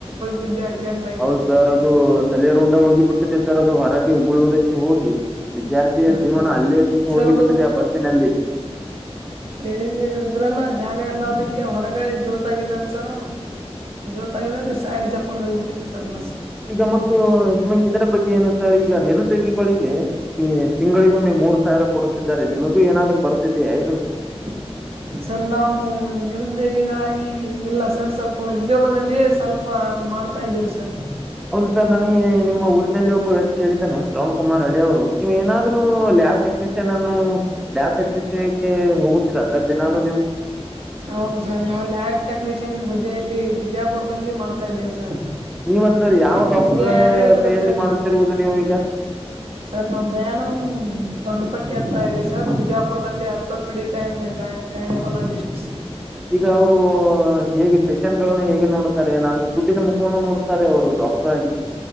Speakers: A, on the right; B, in the centre.
A: ಬಿದ್ದು ಆಕ್ಸಿಡೆಂಟ್ ಆಗಿತ್ತು
B: ಹೌದ್ ಸರ್ ಅದು ತಲೆರುಂಡ ಹೋಗಿಬಿ ಬಿಟ್ಟಿದೆ ಸರ್. ಸರ್ ಅದು ಹೊರಗೆ ಊರವ್ರೆ ಹೋಗಿ ವಿದ್ಯಾರ್ಥಿಯ
A: ಹಾ
B: ಜೀವನ
A: ಸರ್
B: ಅಲ್ಲೇ ನಿಂತು
A: ಸರ್
B: ಹೋಗಿ ಬಿಟ್ಟಿದೆ ಆ ಬಸ್ಸಿನಲ್ಲಿ.
A: ಲೇಡಜ ಇದ್ರನ್ನ ಜಾಗ ಇರ್ಲ್ಲ ಅದಕ್ಕೆ ಹೊರಗಡೆ ಜೋತಗಿದ್ದಾನೆ ಸರ್ ಅವನು. <unintelligible> ಅಲ್ಲಿ ಸೈಡ್ ಜಪೊಂಡ ಹೋಗಿಬಿಟ್ಟಿದೆ ಸ್ವಲ್ಪ
B: ಈಗ ಮತ್ತು ನಮ್ಮ ಇದರ ಬಗ್ಗೆ ಏನು ಸರ್ ಈಗ ನಿರುದ್ಯೋಗಿಗಳಿಗೆ ತಿಂಗಳಿಗೊಮ್ಮೆ ಮೂರ್ ಸಾವಿರ ಕೊಡುತ್ತಿದ್ದಾರೆ ನಿಮಗೂ ಏನಾದ್ರು ಬರ್ತಿದೆಯಾ ಇದು.
A: <inaudible> ಸರ್ ನಾವು ನಿರುದ್ಯೋಗಿಗಳಾಗಿ ಇಲ್ಲ ಸರ್ ಸ್ವಲ್ಪ ಉದ್ಯೋಗದಲ್ಲಿಯೇ ಸ್ವಲ್ಪ ಮಾಡ್ತಾ ಇದ್ದೇವು ಸರ್.
B: ಹೌದು ಸರ್ ನನಗೆ ನಿಮ್ಮ ಊರಿನಲ್ಲಿ ಒಬ್ ವ್ಯಕ್ತಿ ಹೇಳಿದ್ದನು ಶ್ರವಣ ಕುಮಾರ್ ಹಳ್ಳಿ ಅವರು ನೀವು ಏನಾದ್ ಲ್ಯಾಬ್ ಟೆಕ್ನಿಷಿಯನ್ ಅನ್ನು ಲ್ಯಾಬ್ ಟೆಕ್ನಿಷಿಯನ್ <unintelligible> ಹೋಗುತ್ತೀರಾ ಸರ್ ದಿನಾಲು ನೀವು.
A: ಹೌದು ಸರ್ ನಾವು ಲ್ಯಾಬ್ ಟೆಕ್ನಿಷಿಯನ್ ಹುದ್ದೆಯಲ್ಲಿ ಬಿಜಾಪುರದಲ್ಲಿ ಮಾಡ್ತಾ ಇದ್ದೇವೆ ಸರ್.
B: ನೀವ ಸರ್ ಯಾವ ಡಾಕ್ಟರ್
A: ನಿಮ್ಗೆ ಯಾರು ಹೇಳಿದ್ರು
B: ಕೈಯಲ್ಲಿ
A: ಸರ್
B: ಮಾಡುತ್ತಿರ್ವುದು ನೀವು ಈಗ.
A: ಸರ್ ನಾವು ದಯಾನಂದ್ ಬನ್ಪಟ್ಟಿ ಅಂತ ಹೇಳಿ ಸರ್ ಬಿಜಾಪುರದಲ್ಲಿ ಆರ್ಥೋಪೀಡಿಕ ಅಂಡ್ <unintelligible> ಗ್ಯಾಂನಕಾಲೋಜಿಸ್ಟ್.
B: ಈಗ ಅವ್ರು ಹೇಗೆ ಪೇಷೆಂಟ್ ಗಳನ್ನು ಹೇಗೆ ನೋಡ್ುತ್ತಾರೆ ಏನಾದ್ೂ ದುಡ್ಡಿನ ಮುಖವನ್ನು ನೋಡ್ುತ್ತಾರೆ ಅವರು ಡಾಕ್ಟರ್ ಆಗಿ